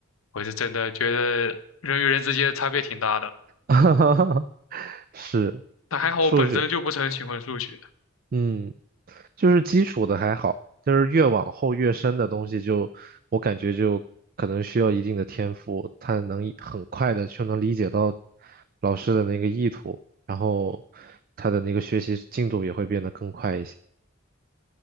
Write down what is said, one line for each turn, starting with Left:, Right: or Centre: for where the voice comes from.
Left: 我是真的觉得人与人之间的差别挺大的，
Right: <laughs> 是
Left: 但还好我本身就不是很喜欢数学。
Right: 数学。嗯，就是基础的还好，就是越往后越深的东西就，我感觉就可能需要一定的天赋，他能一很快的就能理解到老师的那个意图，然后他的那个学习进度也会变得更快一些。